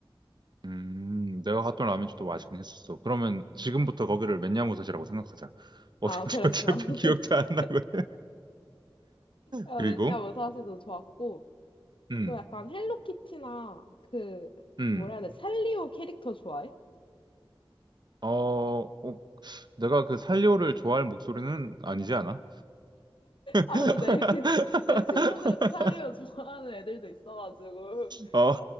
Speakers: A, on the right (about 50°); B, on the left (about 65°).
A: 음, 내가 갔던 라면집도
B: 맞아.
A: 맛있긴 했었어. 그러면 지금부터 거기를 맨야무새시라고 생각하자. 어딘지
B: 아, 그래,
A: <laughs> 어차피
B: 좋아. <laughs>
A: 기억도 안 나거든.
B: 야,
A: 그리고,
B: 왜냐, 무사시도 좋았고.
A: 음,
B: 너 약간 헬로키티나 그,
A: 음,
B: 뭐라 해야 돼? 산리오 캐릭터 좋아해?
A: 어, 어, 내가 그살오를 좋아할 목소리는 아니지 않아? <laughs>
B: 아, 근데 내, <laughs> 내 친구들은 또 산리오 좋아하는 애들도 있어가지고.
A: 어,